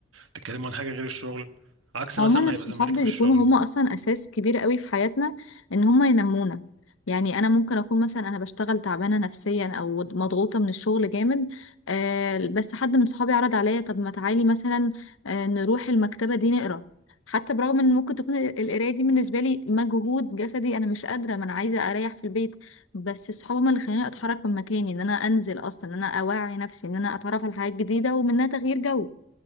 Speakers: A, on the right; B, on the left.
A: تتكلموا عن حاجه غير الشغل عكس
B: عموما
A: مثلا ما
B: الصحاب
A: هيبقى زمالك
B: بيكونوا
A: في الشغل
B: هما اصلا اساس كبير قوي في حياتنا ان هما ينمونا يعني انا ممكن اكون مثلا انا بشتغل تعبانه نفسيا او مضغوطه من الشغل جامد آه بس حد من صحابي عرض عليا طب ما تعالي مثلا آه نروح المكتبه دي نقرا حتى برغم ان ممكن تكون ال- القرايه دي بالنسبه لي مجهود جسدي انا مش قادره ما انا عايزه اريح في البيت بس صحابي هما اللي خلاني اتحرك من مكاني ان انا انزل اصلا ان انا اوعي نفسي ان انا اتعرف على حاجات جديده ومنها تغيير جو